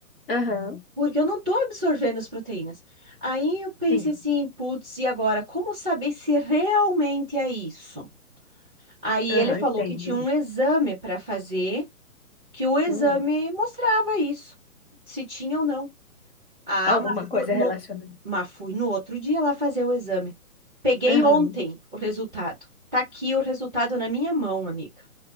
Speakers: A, on the left (about 40°); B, in the centre.
A: Aham,
B: porque eu não estou absorvendo as proteínas. Aí eu pensei
A: sim.
B: assim, putz, e agora, como saber se realmente é isso? Aí
A: Aham,
B: ele falou
A: entendo.
B: que tinha um exame para fazer, que o exame
A: Hum,
B: mostrava isso, se tinha ou não. Ah,
A: Alguma
B: mas fu-
A: coisa
B: no,
A: relacionada.
B: mas fui no outro dia lá fazer o exame. Peguei
A: Aham.
B: ontem o resultado. Tá aqui o resultado na minha mão, amiga.